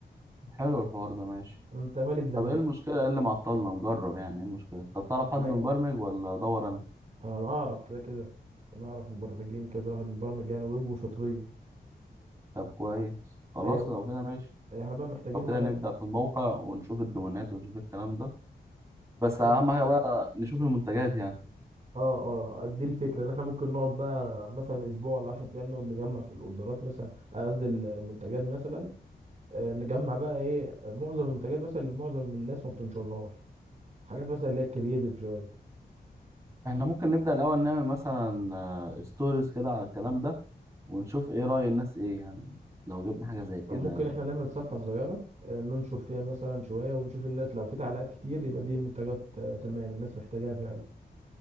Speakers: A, on the right; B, on the right.
A: حلو الحوار ده ماشي
B: انت مالك زمان
A: طب ايه المشكلة ايه اللي معطلنا نجرب يعني ايه المشكلة طب تعرف
B: معايا
A: حد مبرمج ولا ادور انا
B: انا اعرف كده كده انا اعرف مبرمجين كذا واحد مبرمج يعني ويب وشاطرين
A: طب كويس خلاص
B: هي
A: لو كده ماشي
B: احنا بقى محتاجين
A: لو كده
B: واحد
A: نبدأ في الموقع ونشوف الدومينات ونشوف الكلام ده بس
B: احنا
A: اهم
B: مح...
A: حاجة بقى نشوف المنتجات يعني
B: اه اه دي الفكره ان احنا ممكن نقعد بقى مثلا اسبوع ولا 10 ايام نقعد نجمع في الاوردرات مثلا آه، قصدي المنتجات مثلا آه، نجمع بقى ايه آه، معظم المنتجات مثلا اللي معظم الناس ما بتنشرهاش حاجات مثلا اللي هي كرييتيف شويه
A: احنا ممكن نبدأ الأول نعمل مثلا ستوريز كده على الكلام ده ونشوف ايه رأي الناس ايه يعني لو جبنا حاجة زي كده
B: ممكن
A: لو-
B: احنا نعمل صفحه صغيره آه، ننشر فيها مثلا شويه ونشوف الناس لو في تعليقات كتير يبقى دي منتجات آه، تمام الناس محتاجاها فعلا